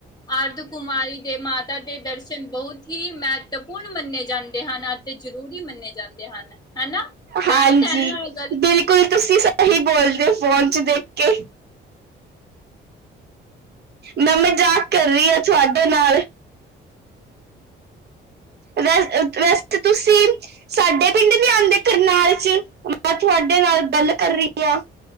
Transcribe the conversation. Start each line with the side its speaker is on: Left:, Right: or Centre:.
Left: ਅਰਧ ਕੁੁਮਾਰੀ ਮਾਤਾ ਦੇ ਦਰਸ਼ਨ ਬਹੁਤ ਹੀ ਹੀ ਮਹੱਤਵਪੂਰਨ ਮੰਨੇ ਜਾਂਦੇ ਹਨ ਅਤੇ ਜ਼ਰੂਰੀ ਮੰਨੇ ਜਾਂਦੇ ਹਨ ਹਨਾ
Right: ਹਾਂਜੀ
Left: ਰਾਈਟ ਹੈ ਨਾ ਇਹ ਗੱਲ
Right: ਬਿਲਕੁਲ ਤੁਸੀਂ ਸਹੀ ਬੋਲਦੇ ਹੋ ਫੋਨ ਚ ਦੇਖ ਕੇ ਮੈਂ ਮਜ਼ਾਕ ਕਰ ਰਹੀ ਹਾਂ ਤੁਹਾਡੇ ਨਾਲ ਵ ਵੈਸੇ ਤੁਸੀਂ ਸਾਡੇ ਪਿੰਡ ਨੀ ਆਉਂਦੇ ਕਰਨਾਲ ਚ ਮੈਂ ਤੁਹਾਡੇ ਨਾਲ ਗੱਲ ਕਰ ਰਹੀ ਹ